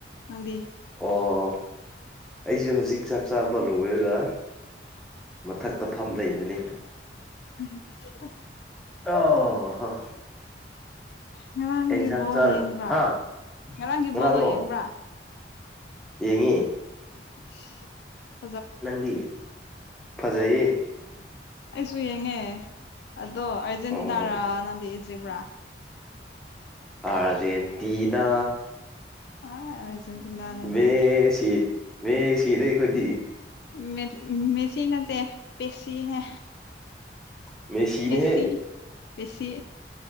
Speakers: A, on the left; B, in the centre.
A: ꯅꯪꯗꯤ
B: ꯑꯣ ꯑꯩꯖꯨ ꯍꯧꯖꯤꯛ ꯆꯥꯛ ꯆꯥꯕ ꯂꯣꯏꯔꯒ ꯃꯊꯛꯇ ꯐꯝ ꯂꯩꯕꯅꯤ
A: ꯍꯥꯏ <unintelligible>
B: ꯑꯣ ꯍꯣ
A: ꯉꯔꯥꯡꯒꯤ
B: ꯀꯩ ꯏꯟꯁꯥꯡ
A: ꯕꯣꯜ
B: ꯆꯥꯔ
A: ꯌꯦꯡꯕ꯭ꯔꯥ
B: ꯑꯥ
A: ꯉꯔꯥꯡꯒꯤ
B: ꯉꯥꯔꯥꯡꯉꯣ
A: ꯕꯣꯜꯗꯣ ꯌꯦꯡꯕ꯭ꯔꯥ
B: ꯌꯦꯡꯉꯦ
A: <inaudible>
B: ꯅꯪꯗꯤ ꯐꯖꯩꯌꯦ
A: ꯑꯩꯁꯨ ꯌꯦꯡꯉꯦ ꯑꯗꯣ ꯑꯔꯖꯦꯟꯇꯤꯅꯥꯔꯥ
B: ꯑꯣ
A: ꯅꯪꯗꯤ ꯏꯖꯤꯕꯔꯥ
B: ꯑꯔꯖꯦꯟꯇꯤꯅꯥ
A: ꯑ ꯑꯥꯔꯖꯦꯟꯇꯤꯅꯥꯅꯤꯅꯦ
B: ꯃꯦꯁꯤ ꯃꯦꯁꯤꯅꯦ ꯑꯩꯈꯣꯏꯗꯤ
A: ꯃꯦ ꯃꯦꯁꯤ ꯅꯠꯇꯦ ꯄꯦꯁꯤꯅꯦ
B: ꯃꯦꯁꯤꯅꯦ
A: ꯄꯦꯁꯤ
B: ꯍꯦ
A: ꯄꯦꯁꯤ